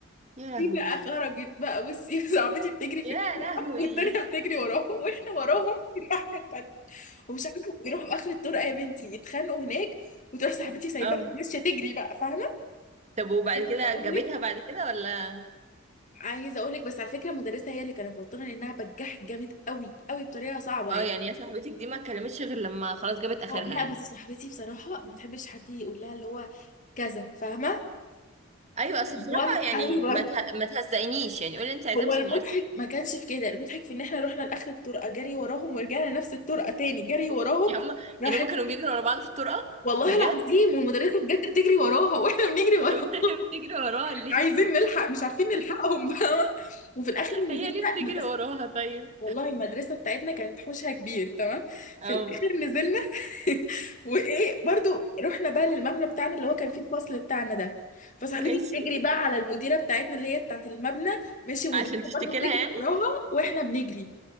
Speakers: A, on the right; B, on the left.
A: يا لهوي
B: دي بقى خرجت بقى بصي <laughs> صاحبتي بتجري
A: يا
B: في الطرقه
A: لهوي
B: والتانيه بتجري وراهم واحنا وراهم في الناحيه التانيه ومش عارفه ويروحوا اخر الطرقه يا بنتي يتخانقوا هناك وتروح صاحبتي سايباها
A: اه
B: ماشيه تجري بقى فاهمه
A: طب وبعد
B: عايزه
A: كده
B: اقول
A: جابتها
B: لك
A: بعد كده ولا
B: عايزه اقول لك بس على فكره المدرسه هي اللي كانت غلطانه لانها بجحت جامد قوي قوي بطريقه صعبه
A: اه
B: يعني
A: يعني يا صاحبتك دي ما اتكلمتش غير لما خلاص جابت اخرها
B: اه لا
A: يعني
B: بس صاحبتي بصراحه ما بتحبش حد يقول لها اللي هو كذا فاهمه
A: ايوه اصل بصراحه
B: فورت
A: يعني
B: قوي برضه
A: ما ته... ما تهزقنيش يعني قولي انت عايزاه
B: هو
A: بس
B: المضحك
A: من غير
B: ما كانش في كده المضحك في ان احنا رحنا لاخر الطرقه جري وراهم ورجعنا نفس الطرقه تاني جري وراهم
A: تهزيق هم
B: راحت
A: يعني هم كانوا بيجروا ورا بعض في الطرقه
B: والله
A: بجد
B: العظيم
A: <laughs>
B: والمدرسه بجد بتجري وراها واحنا بنجري وراها
A: طب بتجري وراه
B: <laughs>
A: ليه
B: عايزين نلحق مش عارفين نلحقهم فاهمه وفي الاخر
A: هي
B: نزلنا
A: ليه بتجري
B: المدرسه
A: وراها طيب
B: والله المدرسه بتاعتنا كانت حوشها كبير تمام في
A: اه
B: الاخر نزلنا <laughs> وايه برضو رحنا بقى للمبنى بتاعنا اللي هو كان فيه الفصل بتاعنا ده فصاحبتي
A: ماشي
B: بتجري بقى على المديره بتاعتنا اللي هي بتاعت المبنى ماشي المدرسه
A: عشان تشتكي
B: برضو بتجري
A: لها يعني
B: وراها واحنا بنجري